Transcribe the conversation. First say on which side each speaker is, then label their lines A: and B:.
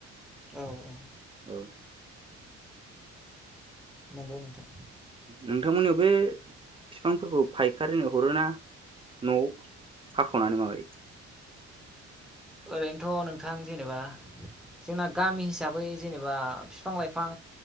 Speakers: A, in the centre; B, on the right (about 20°).
A: औ औ
B: औ
A: नंगौ नोंथां।
B: नोंथांमोननियाव बे बिफांफोरखौ फायखारिनो हरोना? न'आव साख'नानै माबायो।
A: ओरैनोथ' नोंथां जेनेबा जोंना गामि हिसाबै जेनेबा फिफां लाइफां